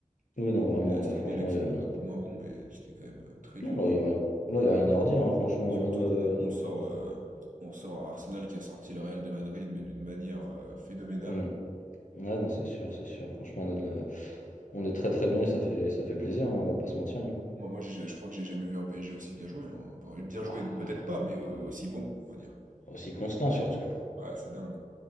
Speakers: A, on the left (about 70°); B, on the right (about 80°).
A: Oui, non, vraiment,
B: et Aston
A: là, franchement,
B: Villa qui
A: il
B: sont
A: y
B: peut-être
A: a...
B: un peu moins bons, mais c'était quand même euh, très dur.
A: Non, là, il y a rien... là, il y a rien à redire, hein, franchement.
B: Surtout
A: Là, euh,
B: qu'on on sort euh, on sort Arsenal qui a sorti le Real de Madrid mais d'une manière euh, phénoménale.
A: hmm. Ouais, non, c'est sûr, c'est sûr. Franchement, on a de la- on est très très bien et ça fait, ça fait plaisir, hein, on va pas se mentir. hein.
B: Moi moi j'ai je crois que j'ai jamais vu un PSG aussi bien joué hein. Enfin bien
A: Bah,
B: joué peut-être pas, mais, heu, aussi bon, on va dire.
A: aussi constant, surtout.
B: Ouais, c'est dingue.